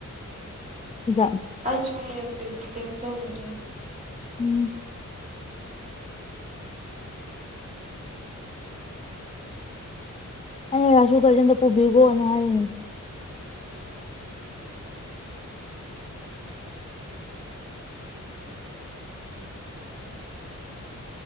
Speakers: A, on the left (about 20°); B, on the right (about 25°).
A: ꯍꯤꯗꯥꯛ
B: ꯑꯩꯁꯨ ꯍꯌꯦꯡ ꯄ꯭ꯔꯦꯛꯇꯤꯀꯦꯜ ꯆꯠꯂꯨꯗꯨꯏꯅꯤ
A: ꯎꯝ ꯑꯩꯅ ꯔꯥꯁꯁꯨ ꯀꯩꯁꯨ ꯑꯝꯇ ꯄꯨꯕꯤꯒꯣꯅ ꯍꯥꯏꯕꯅꯦ